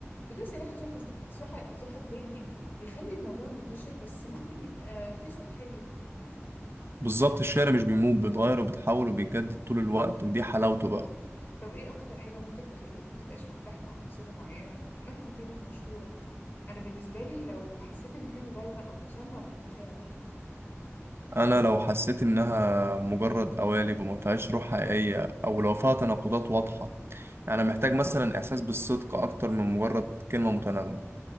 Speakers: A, on the left (about 45°); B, on the right (about 55°).
A: وده سلاح ذو حز- سح- ذو حدين يعني بيخلي الموضوع منتشر بس ممكن يبقى فيه سطحية
B: بالظبط الشعر مش بيموت بيتغير وبيتحول وبيتجدد طول الوقت ودي حلاوته بقى
A: طب ايه اكتر حاجة ممكن تخليك ما تبقاش مرتاح مع قصيدة معينة مهما كانت مشهورة انا بالنسبة لي لو حسيت ان في مبالغة او تصنع في المشاعر
B: أنا لو حسيت إنها مجرد قوالب وما فيهاش روح حقيقية أو لو فيها تناقضات واضحة يعني محتاج مثلا إحساس بالصدق أكتر من مجرد كلمة متناغمة